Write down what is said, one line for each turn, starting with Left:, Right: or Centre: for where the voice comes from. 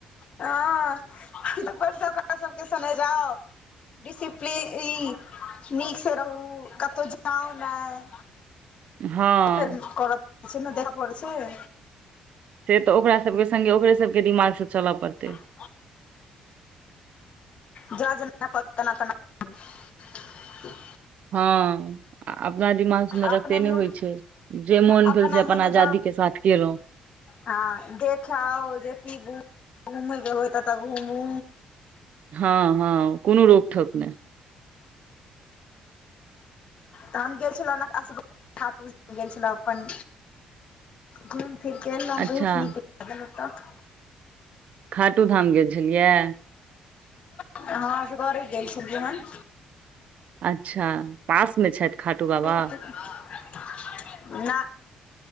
Left: हँ तऽ ऊपर सऽ सबके संगे जाव। डिसिप्लीिग नीक से रहु कतहु जउ नहि।
Right: हँ
Left: फेर कर पड़ छैय ने देखा पड़ छैय।
Right: से तऽ ओकरा सबके संगगे ओकरे सबके दिमाग से चलऽ पड़ते।
Left: हु जना जना कहते तना-तना। <unintelligible>
Right: हँ अपना दिमाग मे ररत
Left: अपने
Right: सेेने
Left: मुँह
Right: होइ छैय। जे मोन
Left: अपना
Right: भेल से अपन
Left: मोने
Right: आजादी
Left: जाउ
Right: के साथ केलहु।
Left: हँ जेखाऊ आव जे पिबु घूमेके होयत तऽ घूमु।
Right: हँ हँ कोनो रोक थोक नहि।
Left: तऽ हम गेल छलो गेल छलो अपन घूम फिर कऽ ऐलहु
Right: अच्छा
Left: बहुत निक लागल ओतह।
Right: खाटू धाम गेल छेलिये।
Left: हँ असगरे गेल छलियै हन।
Right: अच्छा पासमे छैथ खाटू बाबा।
Left: बहुत ना।